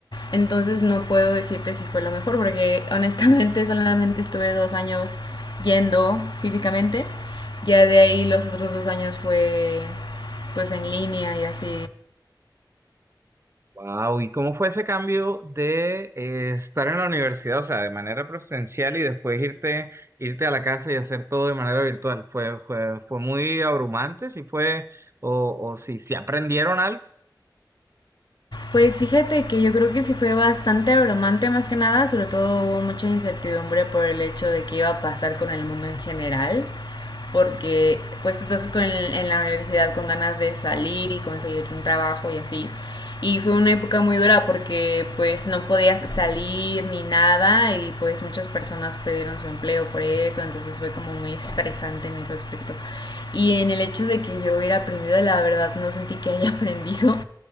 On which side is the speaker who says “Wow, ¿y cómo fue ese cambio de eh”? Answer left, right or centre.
Right